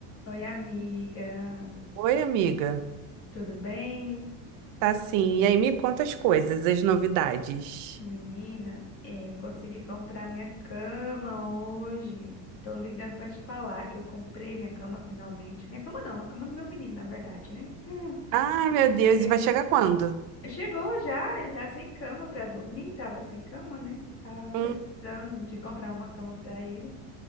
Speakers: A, on the left; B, on the right.
A: Oi, amiga.
B: Oi, amiga.
A: Tudo bem?
B: Tá sim. E aí, me conta as coisas, as novidades.
A: Menina, é, eu consegui comprar minha cama hoje. Tô ligando pra te falar que eu comprei minha cama finalmente. Minha cama não, a cama do meu menino, na verdade, né? Ah,
B: Ai, meu Deus,
A: Ele
B: e vai chegar quando?
A: chegou já, ele tá sem cama pra dormir, tava sem cama, né? Tá
B: Hum.
A: precisando de comprar uma cama pra ele.